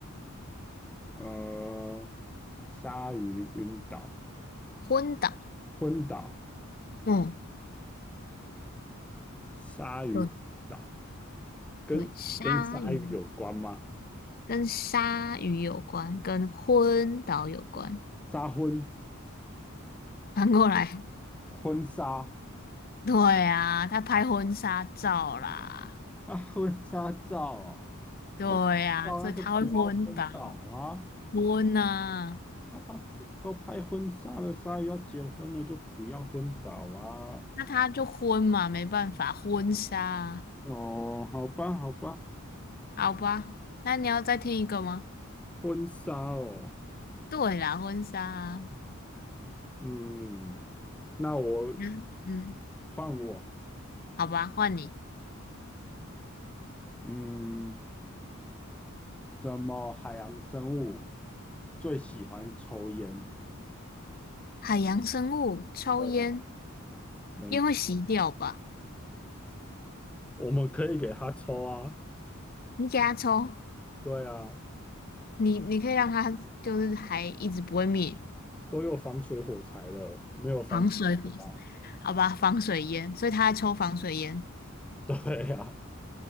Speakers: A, in the centre; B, on the left.
A: 呃，鲨鱼晕倒、
B: 昏倒，
A: 昏倒，
B: 嗯，
A: 鲨鱼昏倒
B: 对
A: 跟跟鲨鱼有关吗？
B: 对，鲨鱼。跟鲨鱼有关，跟昏倒有关。
A: 杀昏、
B: 翻过来，
A: 婚纱
B: <laughs> 对啊，他拍婚纱照啦，
A: <laughs> 啊，婚纱照啊，
B: 对啊，
A: 婚纱照那就不要昏倒啊。
B: 所以他会昏倒，昏啊，
A: 啊，他都都拍婚纱了，鲨鱼要结婚了，就不要昏倒啊！
B: 那他就昏嘛，没办法，婚纱啊
A: 哦，好吧，好吧，
B: 好吧，那你要再听一个吗？
A: 婚纱哦，
B: 对啦，婚纱啊
A: 嗯，那我
B: 嗯嗯，
A: 换我，
B: 好吧，换你。
A: 嗯，什么海洋生物最喜欢抽烟？
B: 海洋生物抽烟，
A: 对啊，没错，
B: 烟会熄掉吧？
A: 我们可以给他抽啊，
B: 你给它抽，
A: 对啊，
B: 你你可以让它就是还一直不会灭。
A: 都有防水火柴了，没有防水火吗？
B: 防水火，好吧，防水烟，所以他在抽防水烟。
A: <laughs> 对呀，